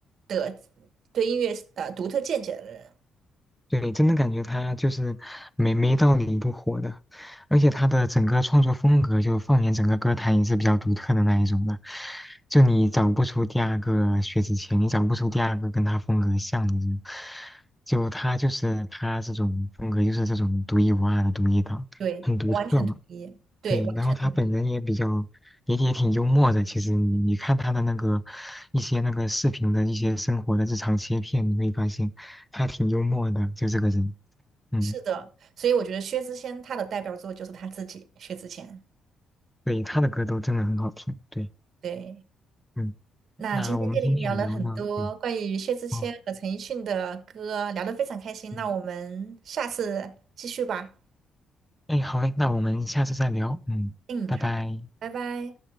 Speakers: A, on the right; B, in the centre.
A: 的对音乐呃独特见解的人。
B: 对，真的感觉他就是没没道理不火的，而且他的整个创作风格，就放眼整个歌坛也是比较独特的那一种的，就你找不出第二个薛之谦，你找不出第二个跟他风格像的人，就他就是他这种风格，就是这种独一无二的独一档，
A: 对，
B: 很独特嘛。
A: 我完全同意，对，
B: 对，
A: 完全同意，
B: 然后他本人也比较，也也挺幽默的。其实你你看他的那个一些那个视频的一些生活的日常切片，你会发现他挺幽默的，就这个人。嗯，
A: 是的，所以我觉得薛之谦他的代表作就是他自己，薛之谦，
B: 对，他的歌都真的很好听。对，
A: 对。
B: 嗯，
A: 那今天跟您聊了很多关于薛之谦和陈奕迅的歌，
B: 那我们今天也聊了，对，哦，
A: 聊得非常开心。
B: 嗯，
A: 那我们下次继续吧。
B: 哎，好嘞，那我们下次再聊。嗯，
A: 嗯，
B: 拜拜。
A: 好，拜拜。